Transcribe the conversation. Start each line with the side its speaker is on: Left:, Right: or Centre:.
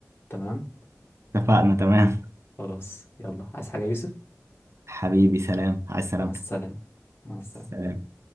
Left: تمام
Right: اتفقنا تمام
Left: خلاص يلا عايز حاجه يا يوسف
Right: حبيبي سلام على السلامة
Left: مع السلامه مع السلامه
Right: سلام.